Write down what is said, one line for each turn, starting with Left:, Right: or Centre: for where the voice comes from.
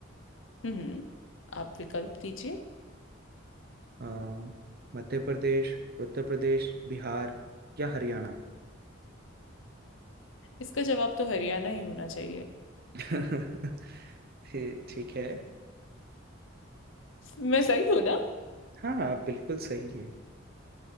Left: हम्म हम्म, आप विकल्प दीजिए
Right: अ, मध्य प्रदेश उत्तर प्रदेश बिहार या हरियाणा
Left: इसका जवाब तो हरियाणा ही होना चाहिए
Right: <laughs> ये ठीक है
Left: मैं सही हूं ना
Right: हाँ आप बिल्कुल सही है